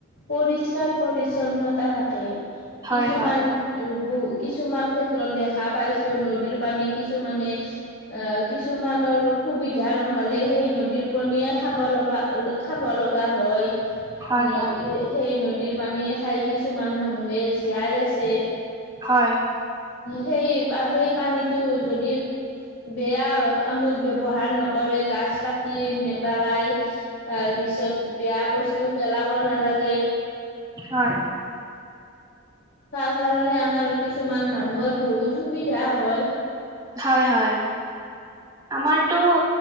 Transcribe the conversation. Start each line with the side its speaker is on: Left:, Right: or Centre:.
Left: পৰিষ্কাৰ পৰিচ্ছন্নতা থাকে,
Right: হয়
Left: কিছুমান
Right: হয়
Left: বহু কিছুমান ক্ষেত্ৰত দেখা পাইচো টো নদীৰ পানী কিছুমানে অ কিছুমানৰ, সুবিধা নহলে, সেই নদীৰ পনীয়ে খাব লগ বা খাব লগা হয়,
Right: হয় হয়
Left: কি সেই নদীৰ পানীয়ে খাই, কিছুমান মানুহে জীয়াই আছে,
Right: হয়
Left: সেই সেই পানীতটো যদি, বেয়া কামত ব্যৱহাৰ নক কৰে গাছ কাটি নেপেলাই, তাৰ পিছত বেয়া বস্তু পেলাব নালা গে।
Right: হয়।
Left: তাৰ কাৰণে আমাৰ কিছুমান মানুহৰ বহুত সুবিধা হয়।
Right: হয় হয়। আমাৰতো